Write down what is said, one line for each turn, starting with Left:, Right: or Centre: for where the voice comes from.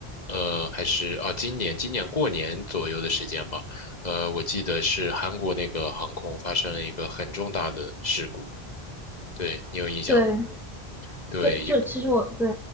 Left: 呃，还是啊今年今年过年左右的时间吧。呃，我记得是韩国那个航空发生了一个很重大的事故，对，你有印象吗？
Centre: 对，
Left: 对，
Centre: 这这其实我对，